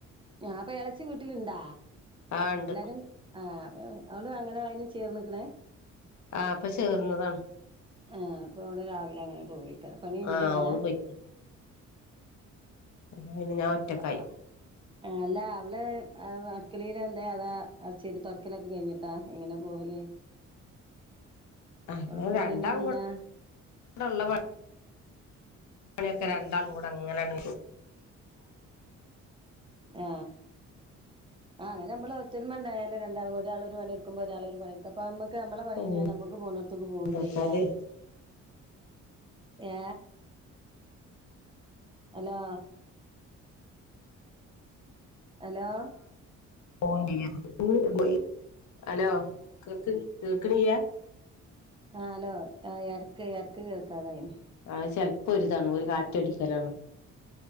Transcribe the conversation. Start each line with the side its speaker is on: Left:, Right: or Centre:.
Right: ആ അപ്പൊ ഇളച്ചി വീട്ടില ഇണ്ടാ
Left: ആഹ് ഇണ്ട്
Right: എല്ലാരും ആഹ അവള് അങ്ങനെ അയിന് ചേർന്നക്കണേ
Left: ആഹ് ഇപ്പൊ ചേർന്നതാണ്
Right: ആ അപ്പൊ അവിടെ രാവിലെ അങ്ങനെ പോയി പണി കഞ്ഞിട്ട്
Left: ആഹ്
Right: പോല
Left: ഓള് പോയിക്ക്ണ് അപ്പൊ പിന്നെ ഞാൻ ഒറ്റക്കായി
Right: ആ ആ അല്ല അവള് ആ അടക്കിളിയില എന്താ അതാ അടച്ചിരി തുടക്കലൊക്കെ കഴിഞ്ഞിട്ടാ ഇങ്ങനെ പോവല്
Left: അ
Right: അവള് പോണീന്റെ
Left: രണ്ടാളും
Right: മുന്നേ
Left: <unintelligible> പണിയൊക്കെ രണ്ടാളും കൂടെ അങ്ങനെണ്
Right: ആ ആഹ അങ്ങനെ നമ്മള് ഒത്തരുമ ഉണ്ടായാലേ രണ്ടാള് ഒരാൾ ഒരു പണി എടുക്കുമ്പോ ഒരാൾ ഒരു പണിട്ക്ക അപ്പൊമ്മക്ക് നമ്മളെ പണിഴഞ്ഞാ
Left: ഉം
Right: നമുക്ക് പോണോത്തക്ക് പോകും
Left: എന്താച്ചാല്
Right: ചെയ്യാം. ഏ ഹലോ അലോ
Left: <inaudible> <unintelligible> ഹലോ കേക്ക് കേക്കിണില്ല.
Right: ആ ലോ ആ ഇടക്ക് ഇടക്ക് കേൾക്കാതെയി.
Left: അത് ചെലപ്പോ ഒരിതാണ് ഒരു
Right: ആ
Left: കാറ്റൊടിക്കലാണ്